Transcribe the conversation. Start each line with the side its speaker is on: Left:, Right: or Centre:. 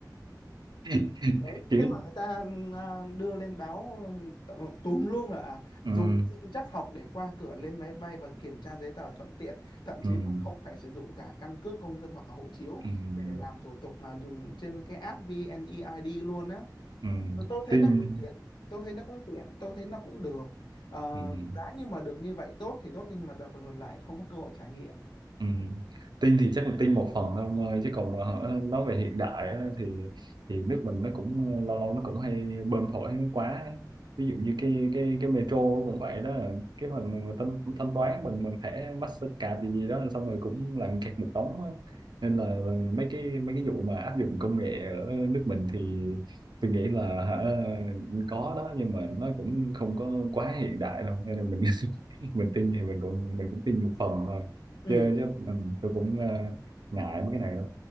Right: <laughs>
Left: Đấy.
Right: kiểu
Left: thế mà người ta à, đưa lên báo ừ, túm luôn là à, dùng
Right: ừm,
Left: sinh trắc học để qua cửa lên máy bay và kiểm tra giấy tờ thuận tiện thậm chí
Right: ừm,
Left: còn không phải sử dụng cả căn cước công dân hoặc là hộ chiếu
Right: ừm,
Left: để làm thủ tục mà dùng trên cái app VNeID luôn á
Right: ừm,
Left: Ờ, tôi thấy
Right: tin
Left: nó cũng tiện tôi thấy nó cũng tiện tôi thấy nó cũng được Ờ,
Right: ừm.
Left: giá nhưng mà được như vậy tốt thì tốt nhưng mà đập vào đột lại không có cơ hội trải nghiệm
Right: Ừ. Tin thì chắc là tin một phần thôi ông ơi chứ còn mà hả, nói về hiện đại á, thì thì nước mình nó cũng ờ, lâu lâu nó cũng hay bơm thổi quá ví dụ như cái cái cái metro cũng vậy đó cái phần mà thanh, thanh toán bằng bằng thẻ Mastercard gì gì đó xong rồi cũng làm kẹt một đống á. nên là mấy cái mấy cái vụ mà áp dụng công nghệ ở nước mình thì tôi nghĩ là hả, có đó nhưng mà nó cũng không có quá hiện đại đâu nên là mình <laughs> mình tin thì mình cũng mình cũng tin một phần thôi
Left: ừ
Right: chưa chứ ừ, tôi cũng ờ, ngại mấy cái này lắm